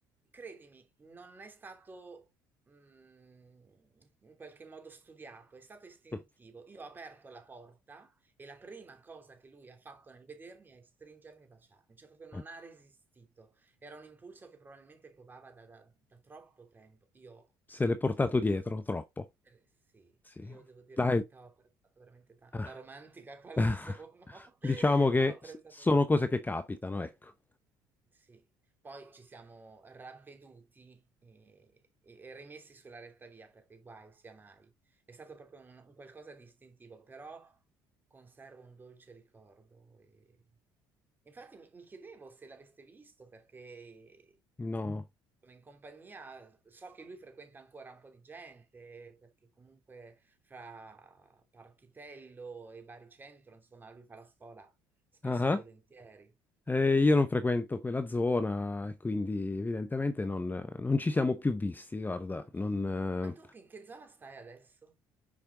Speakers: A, on the right; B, on the left.
A: credimi, non è stato mm, in qualche modo studiato, è stato istintivo.
B: Mm.
A: Io ho aperto la porta e la prima cosa che lui ha fatto nel vedermi è stringermi e baciarmi, cioè proprio non
B: Eh.
A: ha resistito. Era un impulso che probabilmente covava da, da- da troppo tempo. Io
B: Se l'è portato
A: ho apprezzato.
B: dietro troppo.
A: Eh, Sì,
B: Sì.
A: io devo dire
B: Dai.
A: la verità, ho apprezzato veramente tanto,
B: Ah.
A: da romantica quale
B: <laughs>
A: sono, <laughs>
B: Diciamo che
A: ho apprezzato
B: s- sono
A: veramente
B: cose che
A: tanto.
B: capitano, ecco.
A: Sì, poi ci siamo ravveduti e, e rimessi sulla retta via perché guai sia mai. È stato proprio un, un qualcosa di istintivo, però conservo un dolce ricordo e Infatti mi, mi chiedevo se l'aveste visto perché
B: No.
A: sono in compagnia, so che lui frequenta ancora un po' di gente, perché comunque fra Parchitello e Baricentro, insomma, lui fa la scuola spesso
B: Ah,
A: e volentieri.
B: ah. Eh, io non frequento quella zona e quindi evidentemente non, non ci siamo più visti, guarda,
A: Non
B: non,
A: ci sei. Ma tu in che zona stai adesso?